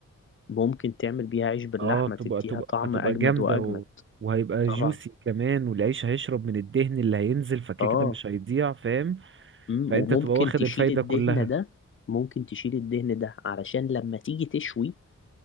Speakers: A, on the left; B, on the right.
A: ممكن تعمل بيها عيش باللحمة
B: اه
A: تديها
B: تبقى تبقى
A: طعم
B: تبقى
A: اجمد
B: جامدة
A: واجمد
B: و... وهيبقى
A: طبعا
B: جوسي كمان والعيش هيشرب من الدهن اللي هينزل فكده
A: اه
B: كده مش هيضيع فاهم
A: مم،
B: فانت
A: وممكن
B: تبقى واخد
A: تشيل
B: الفايدة
A: الدهن
B: كلها
A: ده ممكن تشيل الدهن ده علشان لما تيجي تشوي